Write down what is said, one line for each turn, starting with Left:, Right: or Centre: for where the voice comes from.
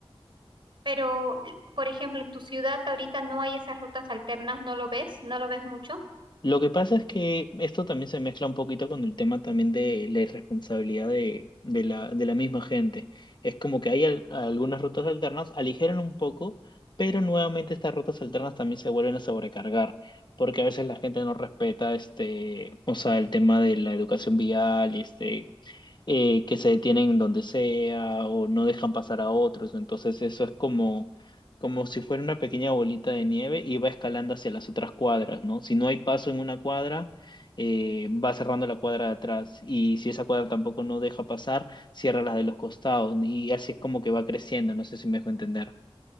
Right: Pero, l- por ejemplo, en tu ciudad ahorita no hay esas rutas alternas, ¿no lo ves? ¿No lo ves mucho?
Left: Lo que pasa es que esto también se mezcla un poquito con el tema también de la irresponsabilidad de, de la, de la misma gente. Es como que hay al- algunas rutas alternas, aligeran un poco, pero nuevamente estas rutas alternas también se vuelven a sobrecargar, porque a veces la gente no respeta este, o sea, el tema de la educación vial, este, eh, que se detienen donde sea o no dejan pasar a otros. Entonces eso es como como si fuera una pequeña bolita de nieve y va escalando hacia las otras cuadras, ¿no? Si no hay paso en una cuadra, eh, va cerrando la cuadra de atrás y si esa cuadra tampoco no deja pasar, cierra las de los costados y así es como que va creciendo, no sé si me dejo entender.